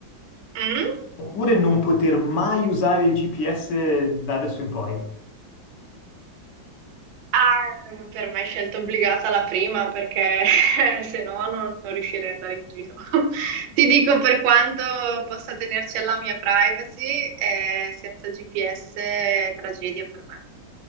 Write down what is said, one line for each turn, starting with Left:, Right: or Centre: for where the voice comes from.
Right: Mm?
Left: oppure non poter mai usare il GPS da adesso in poi?
Right: Ah, per me è scelta obbligata la prima perché <laughs> se no non, non riuscirei ad andare in giro. <laughs> Ti dico per quanto possa tenerci alla mia privacy, eh, senza GPS è tragedia per me.